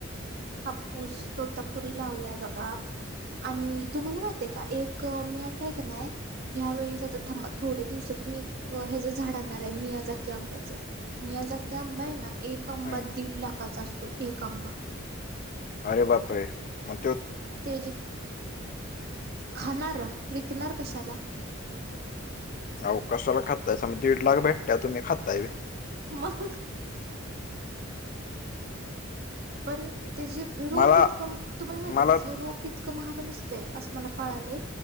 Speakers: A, on the right; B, on the left.
A: हप्पूस तो तर पुरी लावलाय बघा आणि तुम्हाला माहती आहे का एक मी असं आहे का ना ह्यावेेळी ज आ थांबा थोड्या दिवसात मी ह्याच झाड आणणार आहे मि याजकी आंब्याचं मी याज अख्या आंबा आहे ना एक आंबा
B: ह
A: दीड लाखाचा असतो एक आंबा
B: अरे बाप रे म
A: ते खाणार विकणार कशाला
B: आव कशाला खाताय मग दीड लाख भेटत तुम्ही खातयं
A: मगं. पण त्याची रोप
B: मला
A: इतकं तुम्हाला माहिती
B: मला
A: का रोप पितकं महाग नसतय असं मला कळाले